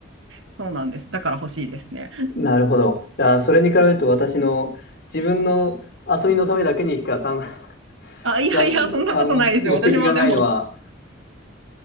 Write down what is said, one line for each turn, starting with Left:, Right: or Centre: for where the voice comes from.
Right: そうなんです。だから欲しいですね。
Left: なるほど。いやー、それに比べると私の自分の遊びのためだけにしか考え、<laughs>
Right: あ、
Left: 使う、
Right: いやいや、そんなことないですよ。
Left: あの、目目的がないのは、
Right: 私もでも、